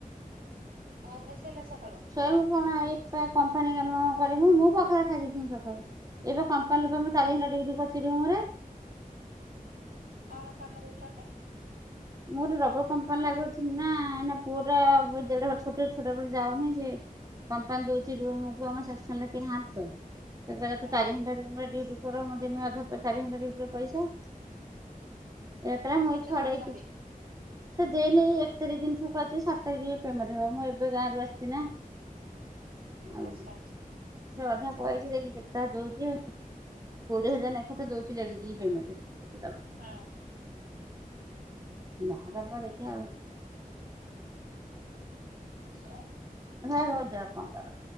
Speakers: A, on the right (about 75°); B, on the right (about 25°).
A: ପୁଅ ଖାଇ ସାଇଲା ସକାଳୁ?
B: ସୋଇବୁ କଣ ଏଇପା କମ୍ପାନୀ କାମ କରିବୁ ମୁଁ ପାଖଳ ଖାଇଦେଇଥିଲିନି ସକ୍? ଏବେ କମ୍ପାଲୁପା ମୁଁ ଚାରି ଘଣ୍ଟା ଡିଉଟି କରୁଚି ରୁମରେ।
A: କଣ କାମ କରୁଚନ୍ତି?
B: ମୁଁ ଗୋଟେ ରବର କମ୍ପାନୀଲେ ଆଗରୁଥିଲିନା ଏଇନା ପୁଅଟା ଦେଢ଼ବର୍ଷ ଛୋଟିଆ ଛୁଆଟା ବୋଲି ଯାଉନିଁ ଯେ କମ୍ପାନୀ ଦଉଚି ରୁମକୁ ଆମର <unintelligible> ସେ କହିଲା
A: ହଁ
B: ତୁ ଚାରି ଘଣ୍ଟା ରୁମ ରେ ଡିଉଟି କର ମୁଁ ଦେମି ଅଧା ପଇ ଚାରି ଘଣ୍ଟା ଡିଉଟିର ପଇସା। ଏକଲା ମୁଇ
A: କେତେ
B: ଛଡେଇ
A: ଦଉଛନ୍ତି
B: କିଛୁ ସେ ଦେଇନେଇ ଏକ ତାରିଖ ଦିନ ଠୁ କରିଚି ସାତ ତାରିଖ ପେମେଣ୍ଟ ହବ ମୁଁ ଏବେ ଗାଁରୁ ଆସିଚିନା। ଆଉ
A: ଆଚ୍ଛା ଆଚ୍ଛା।
B: ସେ ଅଧା କଇଚି ଦେଖି କେତେଟା ଦଉଚି ଆଉ। କୋଡିଏ ହଜାର ନେଖେତ ଦଉଚି ଲେଡିଜି କି ପେମେଣ୍ଟେ।
A: ହଁ।
B: ଯାହା
A: ହଉ
B: ଦବ ଦେଖିଆ ଆଉ।
A: ହଉ ମୁଁ ରଖୁଚି ଆଁ।
B: ହଁ ହ ଯାଅ କଣ କର।